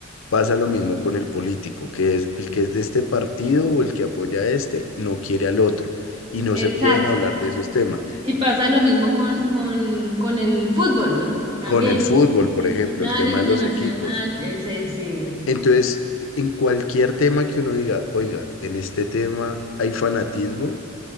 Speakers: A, on the left; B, on the right.
A: Pasa lo mismo con el político, que es el que es de este partido o el que apoya a este, no quiere al otro y no
B: exacto.
A: se pueden hablar de esos temas.
B: Y pasa lo mismo con, con, con el fútbol también.
A: con el fútbol, por
B: De Millonarios,
A: ejemplo, el tema de
B: el
A: los
B: de Nacional,
A: equipos.
B: ese sí.
A: Entonces, en cualquier tema que uno diga, oiga, en este tema hay fanatismo,